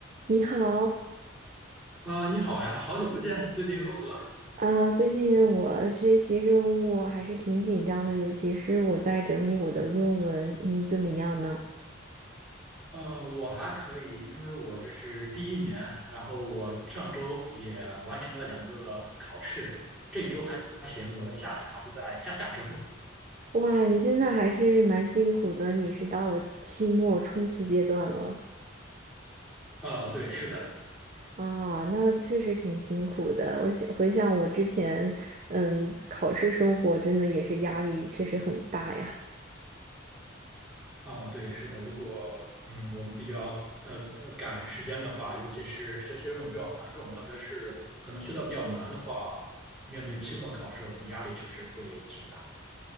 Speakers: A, on the right; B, in the centre.
A: 你好，
B: 啊、你好呀，好久不见，最近如何？
A: 啊，最近我学习任务还是挺紧张的，尤其是我在整理我的论文。你怎么样呢？
B: 呃，我还可以，因为我这是第一年，然后我上周也完成了两个考试，这一周还行，我的下次考试在下下周。
A: 哇，你真的还是蛮辛苦的，你是到了期末冲刺阶段了
B: 啊、对，是的，
A: 啊，那确实挺辛苦的。我想回想我之前，嗯，考试生活真的也是压力确实很大呀。
B: 啊、对，是的，如果嗯，我们比较呃呃赶时间的话，尤其是学习任务比较繁重，特别是可能学到比较难的话，面对期末考试，我们压力确实会挺大。